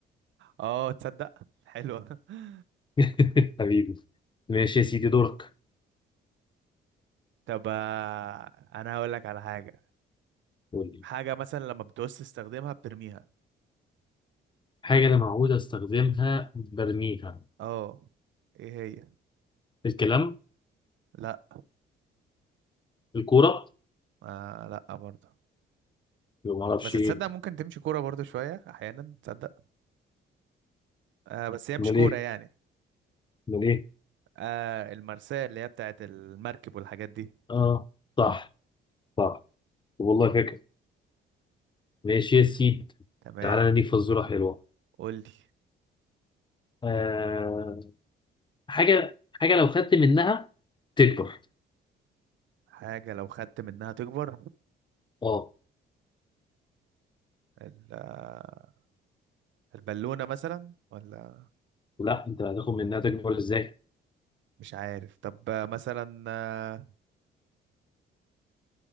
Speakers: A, on the right; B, on the left.
A: اه تصدق حلوة <laughs>
B: <laughs> حبيبي ماشي يا سيدي دورك
A: طب آه، انا هقول لك على حاجة
B: قول لي
A: حاجة مثلا لما بتعوز تستخدمها بترميها
B: حاجة أنا معود أستخدمها برميها
A: اه ايه هي
B: الكلام
A: لا
B: الكورة
A: آه لا برضه
B: ما أعرفش
A: بس تصدق
B: إيه
A: ممكن تمشي كورة برضو شوية أحيانا تصدق آه بس هي مش
B: أمال
A: كورة
B: إيه
A: يعني
B: أمال إيه
A: آه المرساة اللي هي بتاعت المركب والحاجات دي
B: آه صح صح والله فاكر ماشي يا سيدي
A: تمام
B: تعالى نديك فزورة حلوة
A: قولي
B: آه حاجه حاجه لو خدت منها تكبر
A: حاجة لو خدت منها تكبر
B: اه
A: ال- آه، البالونة مثلا ولا
B: لا انت هتاخد منها تكبر ازاي
A: مش عارف طب آه، مثلا آه،